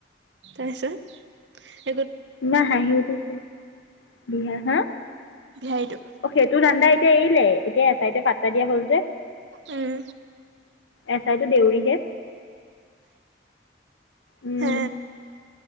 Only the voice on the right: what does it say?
তাৰ পাছত
বিহাৰীটো
উম,
হে